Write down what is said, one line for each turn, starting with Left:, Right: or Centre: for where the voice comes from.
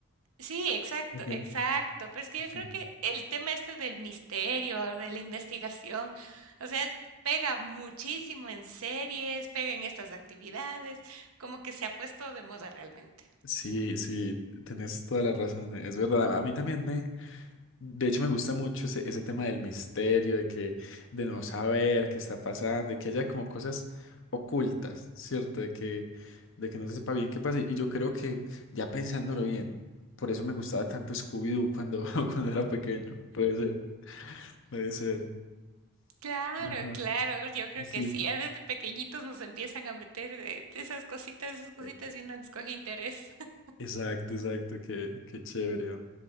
Right: Sí, exacto,
Left: Ok,
Right: exacto. Pero es que
Left: sí.
Right: yo creo que el tema este del misterio, de la investigación, o sea, pega muchísimo en series, pega en estas actividades, como que se ha puesto de moda realmente.
Left: Sí, sí, tenés toda la razón, es verdad. A mí también me De hecho, me gusta mucho ese, ese tema del misterio, de que, de no saber qué está pasando, de que haya como cosas ocultas, ¿cierto? De que, de que no se sepa bien qué pasa. Y yo creo que, ya pensándolo bien, por eso me gustaba tanto Scooby-Doo cuando, <laughs> cuando era pequeño. Puede ser, puede ser.
Right: Claro,
Left: Ajá,
Right: claro, yo creo
Left: sí.
Right: que sí, ya desde pequeñitos nos empiezan a meter eh, esas cositas, esas cositas
Left: E-
Right: y uno les coge interés. <laughs>
Left: Exacto, exacto, qué, qué chévere. ¿no?